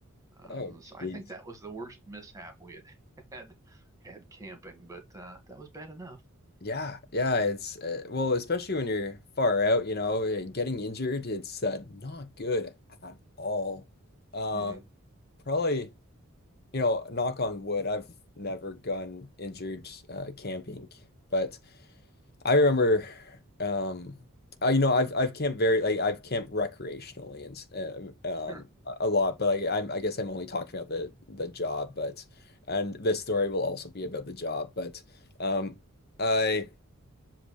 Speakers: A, on the right; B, on the left.
A: Uh,
B: oh,
A: so I
B: jeez.
A: think that was the worst mishap we had <laughs> had had camping, but uh, that was bad enough.
B: Yeah, yeah, it's uh, well, especially when you're far out, you know, uh, getting injured, it's uh, not good at all. Uh,
A: hmm
B: probably, you know, knock on wood, I've never gotten injured uh, camping, but I remember, um, uh, you know, I've I've camped very like I've camped recreationally and s- uh,
A: Sure.
B: um a a lot, but like I'm I guess I'm only talking about the the job, but and this story will also be about the job, but um I.